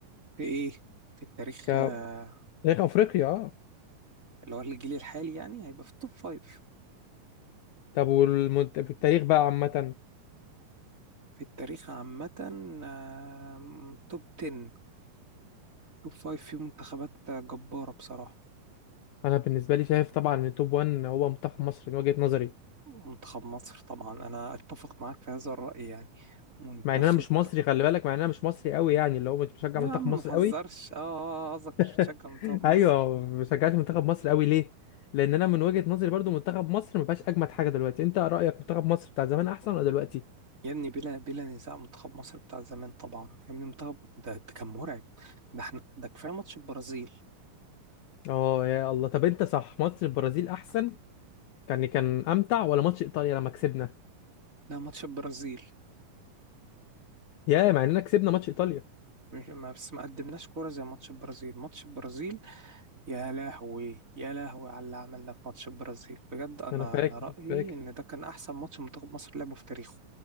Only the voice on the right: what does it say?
في ايه في التاريخ
آه،
اللي هو الجيل الحالي يعني هيبقى في التوب فايف
في التاريخ عامة آم، توب 10 توب فايف في منتخبات جبارة بصراحة
منتخب مصر طبعا انا اتفق معاك في هذا الرأي يعني منتخب
يا
عم ما
تهزرش
اه آه، آه، قصدك
مش بتشجع منتخب مصر
يا ابني بلا بلا نزاع منتخب مصر بتاع زمان طبعا يا ابني منتخب ده, ده كان مرعب ده احنا ده كفايه ماتش البرازيل
لا ماتش البرازيل
مش ما بس ما قدمناش كوره زي ماتش البرازيل ماتش البرازيل يا لهوي يا لهوي على اللي عملنا في ماتش البرازيل بجد انا
انا رايي
ان ده كان احسن ماتش منتخب مصر لعبه في تاريخه